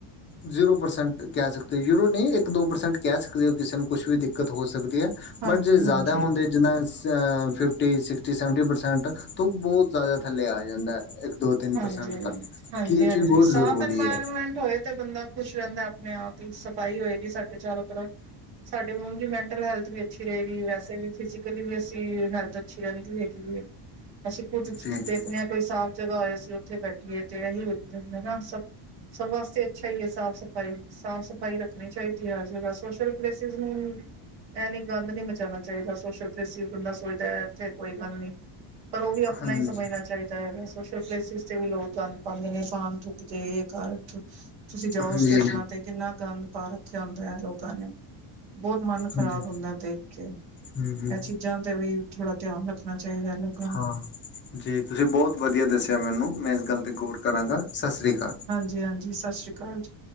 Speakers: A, on the left; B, on the right.
A: ਜ਼ੀਰੋ ਪ੍ਰਸੈਂਟ ਕੈ ਸਕਦੇ, ਜ਼ੀਰੋ ਨਈ ਇੱਕ ਦੋ ਪ੍ਰਸੈਂਟ ਕੈ ਸਕਦੇ ਓ ਕਿਸੇ ਨੂੰ ਕੁਛ ਵੀ ਦਿੱਕਤ ਹੋ ਸਕਦੀ ਐ।
B: ਹਾਂਜੀ
A: ਬਟ ਜੇ ਜ਼ਾਦਾ
B: ਹਾਂਜੀ।
A: ਹੁੰਦੇ ਜਿੱਦਾਂ ਸੇਂ ਫਿਫਟੀ, ਸਿਕਟੀ, ਸੈਂਵਟੀ ਪਰਸੈਂਟ ਤੋ ਬੋਤ ਜ਼ਾਦਾ ਥੱਲੇ ਆ ਜਾਂਦਾ ਐ। ਇੱਕ, ਦੋ, ਤਿੰਨ
B: ਹਾਂਜੀ
A: ਪਰਸੈਂਟ
B: ਹਾਂ
A: ਤੱਕ
B: ਹਾਂਜੀ
A: ਕਿ ਇਹ ਚੀਜ਼
B: ਹਾਂਜੀ
A: ਬਹੁਤ
B: ਸਾਫ਼
A: ਜ਼ਰੂਰੀ
B: ਇਨਵਾਇਰਮੈਂਟ
A: ਹੈ
B: ਹੋਏ ਤੇ ਬੰਦਾ ਖੁਸ਼ ਰੈਂਦਾ ਆਪਣੇ ਆਪ ਈ, ਸਫ਼ਾਈ ਹੋਏਗੀ ਸਾਡੇ ਚਾਰੋ ਤਰਫ। ਸਾਡੇ ਉਂਜ ਵੀ ਮੈਂਟਲ ਹੈਲਥ ਵੀ ਅੱਛੀ ਰਏਗੀ, ਵੈਸੇ ਵੀ ਫਿਜ਼ਕਲੀ ਵੀ ਅਸੀਂ ਹੈਲਥ ਅੱਛੀ ਰੈਂਦੀ ਹੈਗੀ ਏ। ਅਸੀਂ ਕੁੱਝ
A: ਜੀ
B: ਦੇਖਣੇ ਆਂ ਕੋਈ ਸਾਫ਼ ਜਗ੍ਹਾ ਹੋਏ। ਅਸੀਂ ਓਥੇ ਬੈਠੀਏ ਤੇ ਐਹੀ ਉਗ ਜਾਦਾ ਨਾ, ਸਭ ਵਾਸਤੇ ਅੱਛਾ ਈ ਏ ਸਾਫ਼ ਸਫ਼ਾਈ। ਸਾਫ਼ ਸਫ਼ਾਈ ਰੱਖਣੀ ਚਾਈਦੀ ਹਰ ਜਗ੍ਹਾ, ਸੋਸ਼ਲ ਪਲੇਸਿਸ ਨੂੰ ਐਨੀ ਗੰਧ ਨੀ ਮਚਾਣਾ ਚਾਈਦਾ ਸੋਸ਼ਲ ਪਲੈਸਿਸ, ਬੰਦਾ ਸੋਚਦਾ ਏਥੇ ਕੋਈ ਗੱਲ ਨੀ। ਪਰ ਓ ਵੀ ਆਪਣਾ
A: ਹਾਂਜੀ,
B: ਈ ਸਮਝਣਾ ਹੈਗਾ, ਸੋਸ਼ਲ ਪਲੇਸ ਸਿਸ ਤੇ ਵੀ ਲੋਕ ਗੰਦ ਪਾਂਦੇ ਨੇ, ਪਾਨ ਥੁੱਕਦੇ, ਏ ਕਰ ਤੁਸੀਂ ਜਾਓ
A: ਹਾਂਜੀ-ਹਾਂਜੀ,
B: ਸਟੇਸ਼ਨਾਂ ਤੇ ਕਿੰਨਾ ਗੰਦ ਪਾ ਰੱਖਿਆ ਹੁੰਦਾ ਐ ਲੋਕਾਂ ਨੇ, ਬੋਤ ਮਨ ਖ਼ਰਾਬ
A: ਹਾਂਜੀ,
B: ਹੁੰਦਾ ਦੇਖ ਕੇ,
A: ਹੂੰ-ਹੂੰ,
B: ਐ ਚੀਜ਼ਾਂ ਤੇ ਵੀ ਥੋੜਾ ਧਿਆਨ ਰੱਖਣਾ ਚਾਈਦਾ ਐਨਾ ਨੂੰ।
A: ਹਾਂ ਜੀ ਤੁਸੀਂ ਬੋਤ ਵਧੀਆ ਦੱਸਿਆ ਮੈਨੂੰ, ਮੈਂ ਇਸ ਗੱਲ ਤੇ ਗੌਰ ਕਰਾਂਗਾ ਸਾਸਰੀ ਕਾਲ।
B: ਜੀ ਹਾਂਜੀ ਸਸ ਸ਼੍ਰੀ ਕਾਲ ਜੀ।